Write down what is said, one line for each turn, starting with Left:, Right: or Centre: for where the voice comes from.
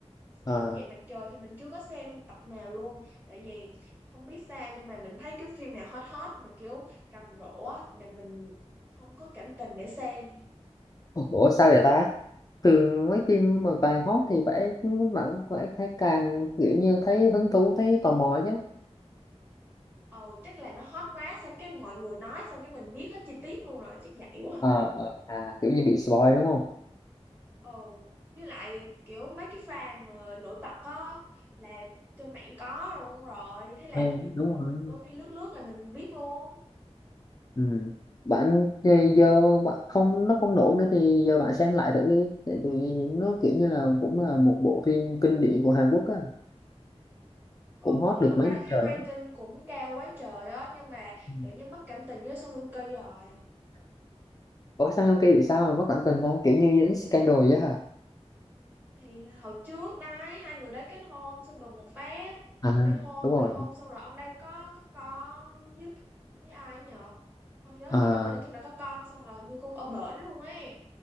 Left: ờ.
Right: Hậu duệ mặt trời thì mình chưa có xem tập nào luôn tại vì không biết sao nhưng mà mình thấy cái phim nào hot hot mà kiểu rầm rộ á là mình không có cảm tình để xem
Left: Ủa sao vậy ta? Thường mấy phim mà càng hot thì phải bạn phải, phải càng kiểu như thấy hứng thú thấy tò mò chứ.
Right: ồ chắc là nó hot quá xong cái mọi người nói xong cái mình biết hết chi tiết luôn rồi chắc vậy quá à.
Left: Ờ, ờ, à kiểu như bị spoil đúng không?
Right: ồ với lại kiểu mấy cái pha mà nổi bật á là trên mạng có luôn rồi thế là
Left: Ừ, đúng rồi.
Right: đôi khi lướt lướt là mình biết luôn
Left: ừ. bạn thì
Right: ừ.
Left: giờ bạn không nó không nổi nữa thì giờ bạn xem lại thử đi tại vì nó kiểu như là cũng là một bộ phim kinh điển của Hàn Quốc á
Right: Ừ
Left: cũng hot
Right: thì
Left: được
Right: lúc
Left: mấy
Right: đấy
Left: năm
Right: thấy
Left: trời á
Right: rating cũng cao quá trời á nhưng mà
Left: Ừ.
Right: tự nhiên mất cảm tình với Song Joong Ki rồi.
Left: Ủa sao trong kia bị sao mà mất cảm tình ta kiểu như dính scandal vậy hả
Right: Thì hồi trước đấy hai người đấy kết hôn xong đùng một phát
Left: à
Right: ly hôn
Left: đúng rồi
Right: ly hôn xong rồi ông đây có có con với với ai nhở? Không nhớ
Left: à,
Right: nữa nhưng mà nói chung là có con xong rồi hình như cũng ở bển luôn ấy.